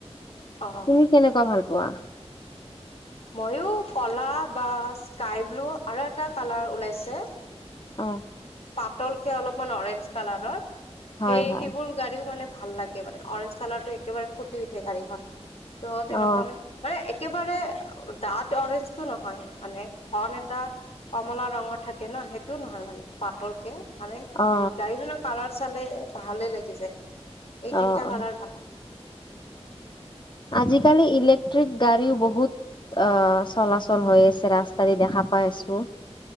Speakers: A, on the left; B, on the left.
A: অ।
B: তুমি কেনেকুৱা ভাল পোৱা?
A: মইও কলা বা স্কাই ব্লু, আৰু এটা কালাৰ ওলাইছে।
B: অ
A: পাতলকে অলপমান অৰেঞ্জ কালাৰৰ
B: হয়
A: সেই
B: হয়
A: সেইবোৰ, গাড়ীও মানে ভাল লাগে। মানে অৰেঞ্জ কালাৰ টো একেবাৰে ফুটি উঠে গাড়ীখনত, তেনেকুৱা
B: অ
A: মানে। মানে একেবাৰে ডাত অৰেঞ্জটো নহয়, মানে ঘন এটা। কমলা ৰঙৰ থাকে ন। সেইটোও নহয় মানে পাতলকে। মানে
B: অ
A: গাড়ীখনৰ কালাৰ চালে ভালে লাগি যায়। এই
B: অ
A: তিনটা
B: অ
A: কালাৰ ভাল লাগে।
B: আজিকালি ইলেক্ট্ৰিক গাড়ীও বহুত। অ, চলাচল হৈ আছে। ৰাস্তা দি দেখা পাই আছো।